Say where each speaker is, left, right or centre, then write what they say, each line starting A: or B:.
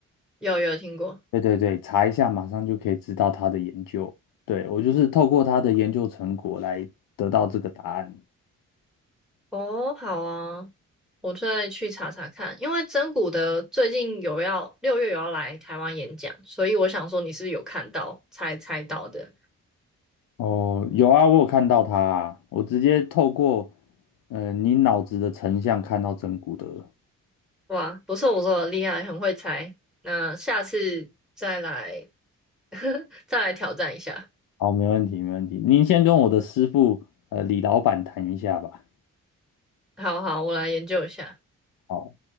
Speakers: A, in the centre; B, on the left.
A: 有有听过。
B: 对对对，查一下，马上就可以知道他的研究。对，我就是透过他的研究成果来得到这个答案。
A: 哦，好啊。我再去查查看，因为真古的最近有要六月有要来台湾演讲，所以我想说你是不是有看到才猜到的？
B: 哦，有啊，我有看到他啊，我直接透过呃你脑子的成像看到真骨德。
A: 哇，不错不错，厉害，很会猜。那下次再来 <laughs> 再来挑战一下。
B: 好，没问题，没问题。您先跟我的师傅呃李老板谈一下吧。
A: 好好，我来研究一下。
B: 好。